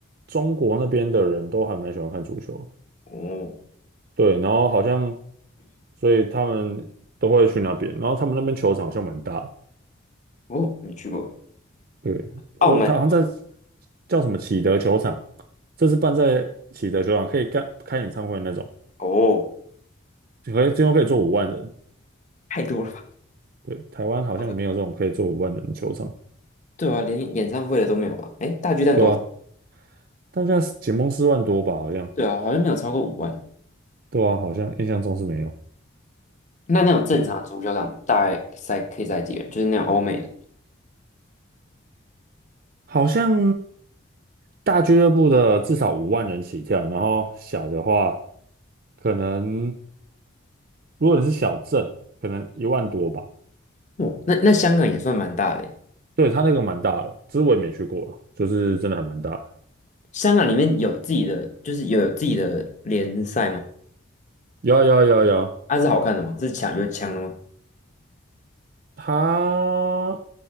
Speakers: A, on the right; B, on the left.
A: 中国那边的人都还蛮喜欢看足球的
B: 哦
A: 对，然后好像，所以他们都会去那边，然后他们那边球场好像蛮大的。
B: 哦，没去过
A: 对，我，
B: 澳门
A: 他好像在叫什么启德球场，这是办在启德球场，可以干开演唱会那种，
B: 哦，
A: 可以最多可以坐五万人。
B: 太多了吧？
A: 对，台湾好像没有这种可以坐五万人的球场，
B: 好的对啊，连演唱会的都没有吧？哎，大巨蛋多少？
A: 对啊，但现在是紧绷四万多吧，好像，
B: 对啊，好像没有超过五万。
A: 对啊，好像印象中是没有。
B: 那那种正常的足球场大概塞可以塞几个人？
A: 对，
B: 就是那种欧美的。
A: 好像大俱乐部的至少五万人起跳，然后小的话可能。如果你是小镇，可能一万多吧。
B: 哇，那那香港也算蛮大的欸。
A: 对，它那个蛮大的，只是我也没去过啊，就是真的还蛮大的。
B: 香港里面有自己的，就是有自己的联赛吗？
A: 有啊有啊有啊有啊，
B: 啊，是好看的吗？是强有强的吗？
A: 它